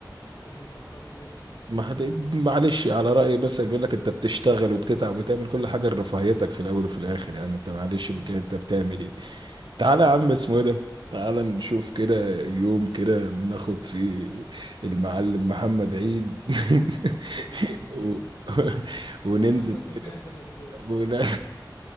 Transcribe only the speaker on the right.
ما هت... معلش على رأيي بس بيقول لك انت بتشتغل وبتتعب وتعمل كل حاجة لرفاهيتك في الأول وفي الآخر يعني انت معلش
كده انت بتعمل ايه تعالى يا عم اسمه ايه ده تعالى نشوف كده يوم كده ناخد فيه المعلم محمد عيد <laughs>
و... <laughs> وننزل
كده
ون... <laughs>